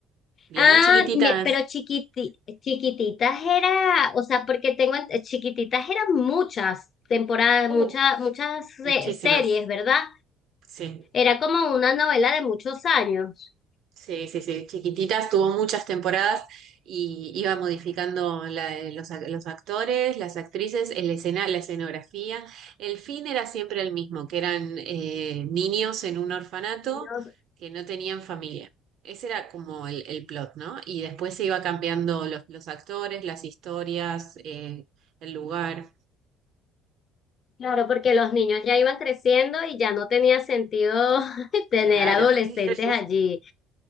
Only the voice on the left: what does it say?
Ah,
me- pero chiquiti- chiquititas era, o sea, porque tengo ent- chiquititas eran muchas temporadas,
muchas, muchas se-
series, ¿verdad?
Era como una novela de muchos años.
Dios,
claro, porque los niños ya iban creciendo y ya no tenía sentido <laughs> tener
adolescentes
allí.